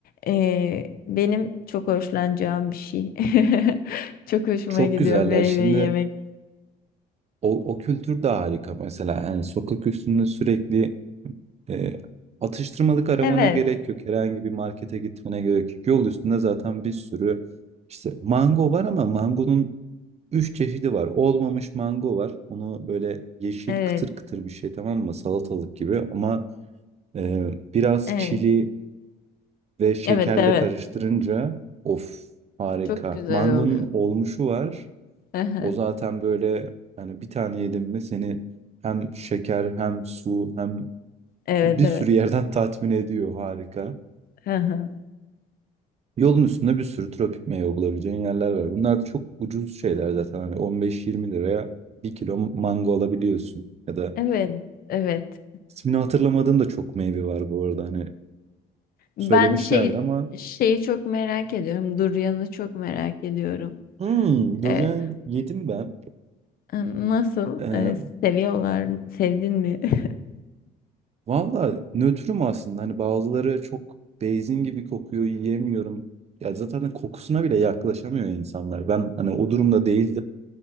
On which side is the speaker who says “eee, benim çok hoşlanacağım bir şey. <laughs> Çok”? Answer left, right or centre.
Left